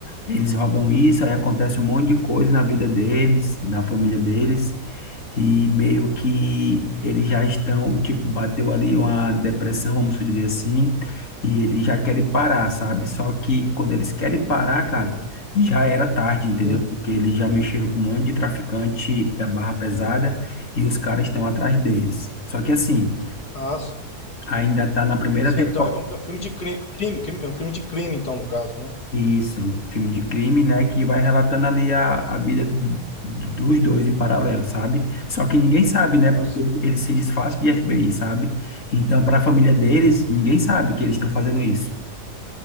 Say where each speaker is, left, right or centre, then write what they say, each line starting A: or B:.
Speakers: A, on the left; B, on the left.
A: eles roubam isso, aí acontece um monte de coisa na vida deles, na família deles, e meio que eles já estão, tipo, bateu ali uma depressão, vamos dizer assim, e eles já querem parar, sabe? Só que quando eles querem parar, cara, já era tarde, entendeu?
B: sim.
A: Porque eles já mexeram com um monte de traficante da barra pesada e os caras estão atrás deles. Só que assim,
B: Ah, sim,
A: ainda tá na primeira
B: Sim,
A: temporada.
B: então é um, é um filme de cri- crime, crime, é um filme de crime, então, no caso, né?
A: Isso, é um filme de crime, né, que vai relatando ali a, a vida do- dos dois em paralelo, sabe? Só que ninguém sabe, né,
B: Ah,
A: porque
B: sim.
A: ele- eles se disfarçam de FBI, sabe? Então, para a família deles, ninguém sabe que eles estão fazendo isso.